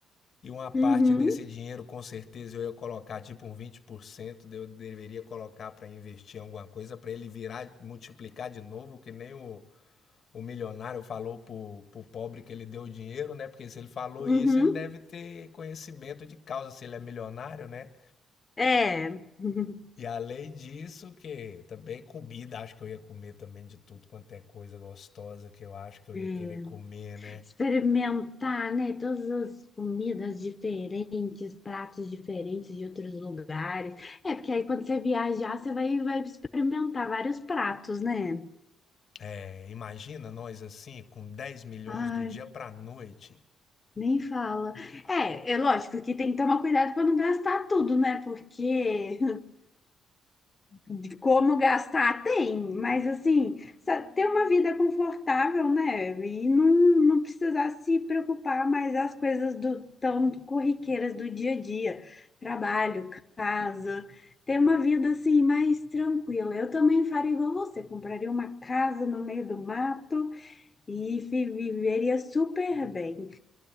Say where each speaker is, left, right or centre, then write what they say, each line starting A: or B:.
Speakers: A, on the left; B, on the left.
A: E uma parte
B: Uhum,
A: desse dinheiro, com certeza, eu ia colocar tipo um 20%, eu deveria colocar para investir em alguma coisa, para ele virar, multiplicar de novo, que nem o, o milionário falou pro, pro pobre que ele deu o dinheiro, né? Porque se ele falou
B: uhum.
A: isso, ele deve ter conhecimento de causa, se ele é milionário, né?
B: É. <laughs>
A: E além disso, que também comida, acho que eu ia comer também de tudo quanto é coisa gostosa que eu acho que eu
B: É.
A: ia querer comer, né?
B: Experimentar, né? Todas as comidas diferentes, pratos diferentes de outros lugares. É, porque aí quando você viajar, você vai, vai experimentar vários pratos, né?
A: É, imagina nós assim, com dez milhões
B: Ai,
A: do dia pra noite.
B: nem fala. É, é lógico que tem que tomar cuidado para não gastar tudo, né? Porque De como gastar, tem, mas assim, sa- ter uma vida confortável, né? E não, não precisar se preocupar mais as coisas do, tão corriqueiras do dia a dia, trabalho, casa, ter uma vida assim mais tranquila. Eu também faria igual você, compraria uma casa no meio do mato e fi- viveria super bem.